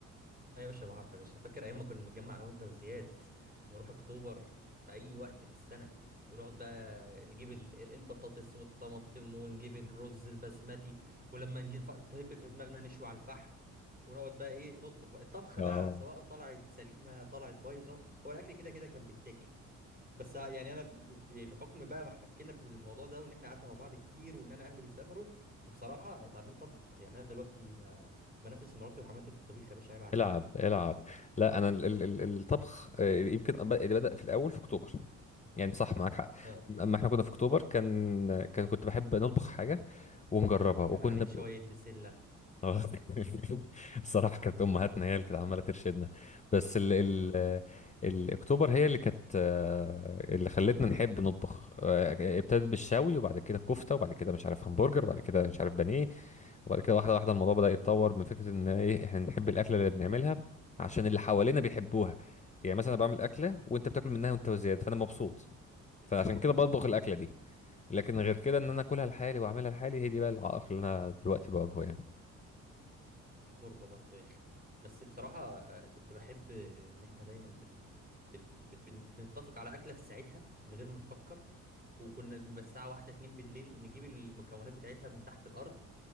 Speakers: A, on the right; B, on the left.
A: ايوه يا باشا بعرف يا باشا فاكر ايام ما كنا نتجمع انا وانت وزياد نروح اكتوبر في اي وقت في السنه ونقعد بقى نجيب ال- ال- البطاطس والطماطم ونجيب الرز البسمتي ولما نجي نف- تهب في دماغنا نشوي على الفحم ونقعد بقى ايه نطبخ بقى الطبخه
B: اه
A: بقى سواء طلعت سليمه طلعت بايظه هو الاكل كده كده كان بيتاكل بس ه- يعني انا ب- ب- يعني بحكم بقى ما احتكينا بالموضوع ده وان احنا قعدنا مع بعض كتير وان انا اهلي بيسافروا فبصراحه اتعلمت اطبخ يعني انا دلوقتي ب- بنافس مراتي وحماتي في الطبيخ يا باشا عيب عليك
B: العب العب لا انا ال- ال- ال- الطبخ آه، يمكن أب- بدا في الاول في اكتوبر يعني صح معاك حق
A: اه
B: اما احنا كنا في اكتوبر كان كان- كنت بحب نطبخ حاجه ونجربها وكنا
A: كان عليك
B: ب-
A: شويه بسله
B: اه <laughs> الصراحة كانت أمهاتنا هي اللي كانت عمالة ترشدنا بس ال ال
A: آه.
B: الأكتوبر هي اللي كانت آه، اللي خلتنا نحب نطبخ آه، ابتدت بالشوي وبعد كده كفتة وبعد كده مش عارف همبرجر وبعد كده مش عارف بانيه وبعد كده واحدة واحدة الموضوع بدأ يتطور من فكرة إن إيه إحنا نحب الأكلة اللي بنعملها عشان اللي حوالينا بيحبوها يعني مثلا أنا بعمل أكلة وأنت بتاكل منها وأنت وزيادة فأنا مبسوط فعشان كده بطبخ الأكلة دي لكن غير كده إن أنا أكلها لحالي وأعملها لحالي هي دي بقى العائق اللي أنا دلوقتي بواجهه يعني
A: غربة برضو يا أخي بس بصراحة آه، كنت بحب إن إحنا دايما بن... بن... بن... بن... بنتفق على أكلة في ساعتها من غير ما نفكر وكنا بنبقى الساعة واحدة اتنين بالليل نجيب المكونات بتاعتها من تحت الأرض